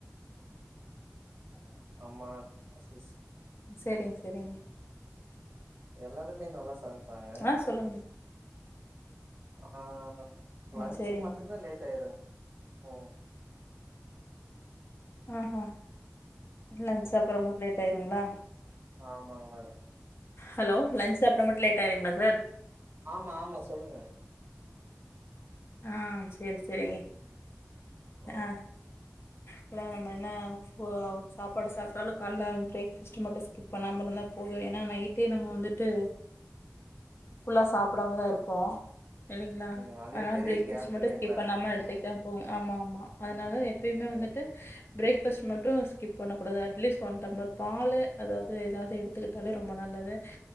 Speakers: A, on the right; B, on the left.
A: ஆமா பீஸ்
B: சரிங்க சரிங்க
A: எல்லாருமே நல்லா சாமைப்பாங்க
B: ஆ சொல்லுங்க
A: ஆஹ் <unintelligible> லஞ்ச்சு
B: ம் சேரிங்க
A: மட்டும்தான் லேட் ஆயிரும் உம்
B: ஆஹஹ இல்லச்ச அப்புறம் லேட் ஆயிருங்களா
A: ஆ ஆமாங்க மேடம்
B: ஹலோ லன்ஞ்சுசாப்பிடற மட்டும் லேட் ஆயிருங்களா சார்
A: ஆமா ஆமா சொல்லுங்க
B: ஆஹ் சரி சரி சரிங்க
A: கே ஓ
B: ஆ ஹாலோ நம்ம என்ன சாப்பாடு சாப்டாலும் கால்ல பெரேக் பாஸ்டு மட்டும் ஸ்சிக்ப் பண்ணாம இருந்தா மட்டும் போதும் ஏனா நைட்டே நம்ம வந்துட்டு புல்லா சாப்டாமா தா இருப்போ இல்லைங்களா
A: ம் அதே
B: ஆனா
A: பெரிய
B: பிரேக்ஃபாஸ்ட்
A: கேப்
B: மட்டும்
A: இல்லைங்களா
B: ஸ்கிப் பண்ணாம எடுத்துக்கிட்டான்
A: ம்
B: போங்க ஆமா ஆமா அதனால எப்பயுமே வந்துட்டு
A: ம்
B: பிரேக் ஃபர்ஸ்ட் மட்டும் ஸ்கிப் பண்ணக்கூடாது அட்லீஸ்ட் ஒன் டம்ளர் பால் அதாவது எதாவது எடுத்துக்கிட்டாலே ரொம்ப நல்லது